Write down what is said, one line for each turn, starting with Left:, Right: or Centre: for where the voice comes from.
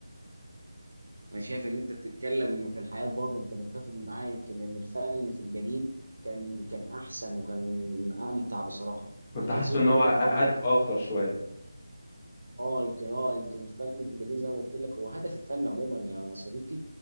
Right: انا شايف ان انت بتتكلم في الحياه برضه انت متفق معايا يمكن ان الفن في القديم كان كان احسن وكان امتع بصراحه
Left: كنت
Right: يمكن
Left: حاسس
Right: سيبني
Left: ان هو
Right: اقول
Left: ه-
Right: لك برضه
Left: هادف اكتر شويه
Right: اه يمكن اه يمكن الفن بالجميل زي ما قلت لك هو هدف الفن عموما يا صديقي